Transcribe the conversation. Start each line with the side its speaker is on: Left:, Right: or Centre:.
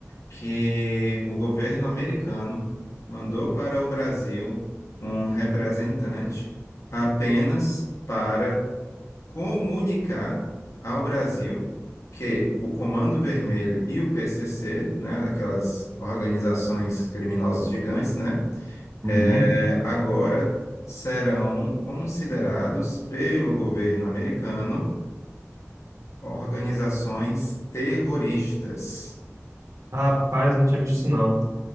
Left: que o governo americano mandou para o Brasil um representante apenas para comunicar ao Brasil que o Comando Vermelho e o PCC, né, daquelas organizações criminosas gigantes, né,
Right: Uhum.
Left: eh, agora serão considerados pelo governo americano organizações terroristas.
Right: Rapaz, não tinha visto isso não.